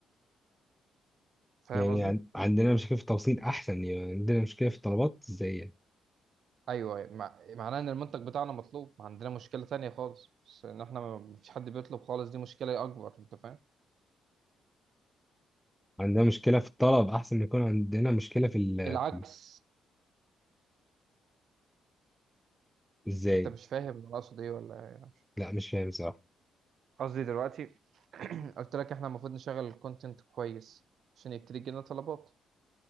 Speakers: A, on the right; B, in the centre.
A: فاهم
B: يعني
A: قصدي
B: عن- عندنا مشكله في التوصيل احسن يعني عندنا مشكله في الطلبات ازاي يعني
A: ايوه أيوة. مع... معناه ان المنتج بتاعنا مطلوب ما عندنا مشكلة تانية خالص بس ان احنا ما ما فيش حد بيطلب خالص دي مشكلة اكبر انت فاهم
B: عندنا مشكله في الطلب احسن ما يكون عندنا مشكله في ال...
A: العكس
B: في- ازاي
A: انت مش فاهم انا اقصد ايه ولا إيه؟
B: لا مش فاهم صراحه
A: قصدي دلوقتي <clears throat> قلت لك احنا المفروض نشغل الكونتنت كويس عشان يبتدي يجيلنا طلبات